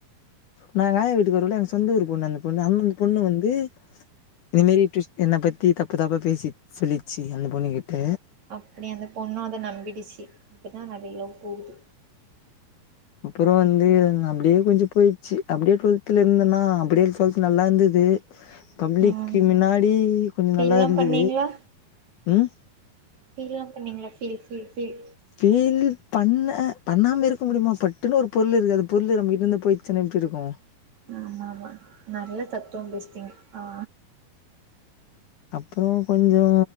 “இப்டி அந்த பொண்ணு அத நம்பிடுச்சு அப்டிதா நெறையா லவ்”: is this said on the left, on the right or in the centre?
Right